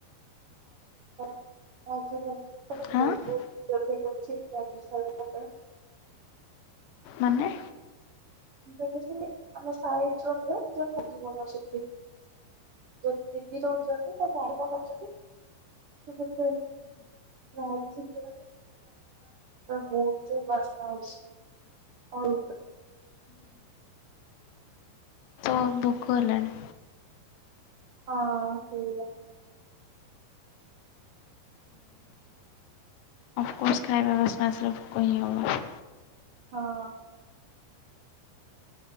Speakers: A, on the right; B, on the left.
A: <unintelligible> <unintelligible>
B: ହଁ ମାନେ
A: <unintelligible> ଯଦି ଦିଦି ରହୁଛନ୍ତି ତ ନାଡି ବନଉଛନ୍ତି ଟିକେ ସେ ମ ଚ ବନା ବହୁ ବସ୍ନା ଅଛି <unintelligible> ହଉ
B: ହଁ ଭୋକ ହେଲାଣି।
A: ହଁ ସେଇଆ।
B: କୌଣସି ଖାଇବା <inaudible> କହିହବନି।
A: ହଁ।